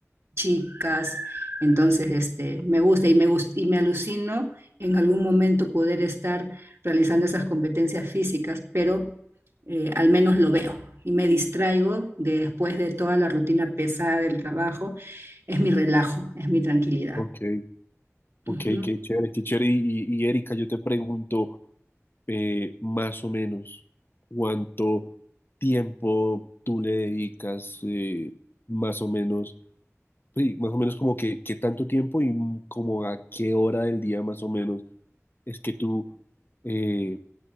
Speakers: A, on the right; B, on the left.
A: chicas. Entonces, este, me gusta y me gus- y me alucino en algún momento poder estar realizando esas competencias físicas, pero eh, al menos lo veo y me distraigo de- después de toda la rutina pesada del trabajo. Es mi relajo, es mi tranquilidad.
B: ok, ok,
A: Ujú.
B: qué chévere, qué chévere. Y, y y, Erika, yo te pregunto. eh, más o menos cuánto tiempo tú le dedicas, eh, más o menos, sí, más o menos como que, qué tanto tiempo y m- como a qué hora del día más o menos es que tú eh,